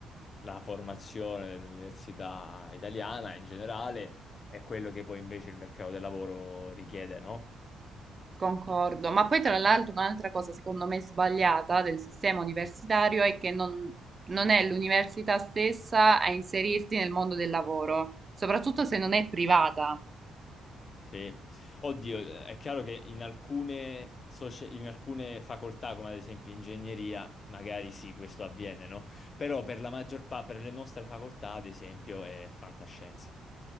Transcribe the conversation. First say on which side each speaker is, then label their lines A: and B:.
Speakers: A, on the left (about 40°); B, on the right (about 30°).
A: la formazione dell'università italiana in generale e quello che poi invece il mercato del lavoro richiede, no?
B: Concordo, ma poi tra l'altro un'altra cosa secondo me sbagliata del sistema universitario è che non, non è l'università stessa a inserirti nel mondo del lavoro, soprattutto se non è privata.
A: Sì, oddio, eh, è chiaro che in alcune, socie- in alcune facoltà, come ad esempio ingegneria, magari sì, questo avviene, no? Però per la maggior parte, per le nostre facoltà, ad esempio, è fantascienza.